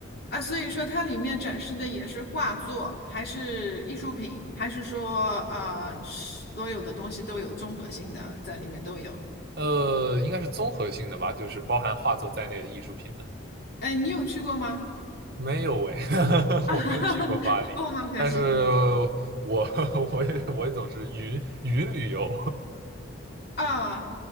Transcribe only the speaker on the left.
啊，所以说它里面展示的也是画作，还是艺术品，还是说呃，所有的东西都有综合性的在里面都有。
哎，你有去过吗？
<laughs>
啊，哦，好可惜
啊，